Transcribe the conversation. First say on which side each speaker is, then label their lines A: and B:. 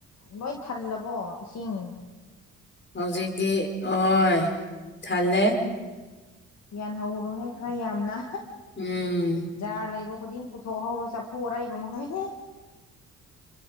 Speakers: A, on the left (about 60°); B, on the left (about 35°).
A: ꯂꯣꯏ ꯊꯜꯂꯕꯣ ꯏꯁꯤꯡ
B: ꯍꯧꯖꯤꯛꯇꯤ ꯍꯣꯏ ꯊꯜꯂꯦ
A: ꯌꯥꯟ ꯍꯧꯔꯣꯍꯦ ꯈꯔ ꯌꯥꯝꯅ
B: ꯎꯝ
A: ꯖꯥꯔ ꯂꯩꯕ ꯈꯨꯗꯤꯡ ꯄꯨꯊꯣꯛꯍꯧꯔꯣ ꯆꯐꯨ ꯑꯔꯩꯕ ꯃꯈꯩ